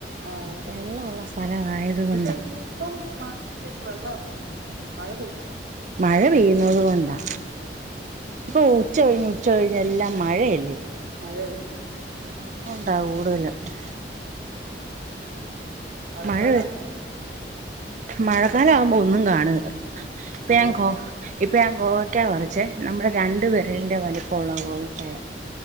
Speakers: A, on the right; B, on the right.
A: ആ അതെ
B: വെള്ളമുള്ള സ്ഥലമായത് കൊണ്ടാ
A: പക്ഷെ ഇപ്പം മാ <unintelligible> മഴ പെയ്
B: മഴ പെയ്യുന്നതുകൊണ്ടാ ഇപ്പൊ ഉച്ച കഴിഞ്ഞ് ഉച്ച കഴിഞ്ഞ് എല്ലാം മഴയല്ലേ
A: അതെ
B: അ ഉണ്ടാവൂ.. <unintelligible>
A: മഴക്കാലം
B: മഴ മഴക്കാല ആവുമ്പോ ഒന്നും കാണുകില്ല. പാങ്കോ
A: അതെ
B: ഇപ്പം ഞാൻ ഗോവയ്ക്കാ പറിച്ചേ നമ്മുടെ രണ്ട്
A: ഉം,
B: വിരലിന്റെ വലി <unintelligible>